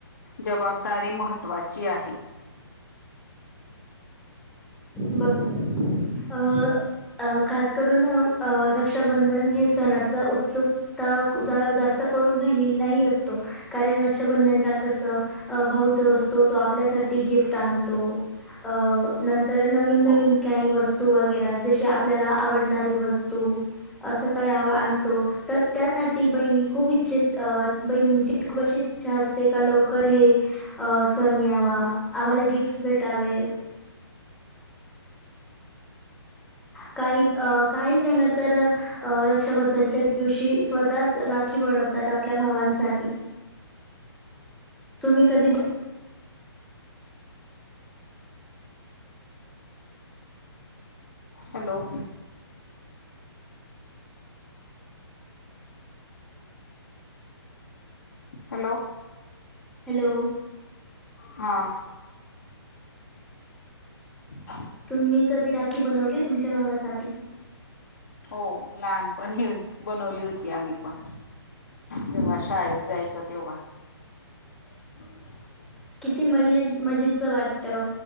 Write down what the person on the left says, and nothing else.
जबाबदारी महत्त्वाची आहे.
हो
हॅलो! हॅलो!
हा ह <unintelligible>
हो लहानपणी बनवली होती. आम्ही पण जेव्हा शाळेत जायचो तेव्हा. हं <inaudible>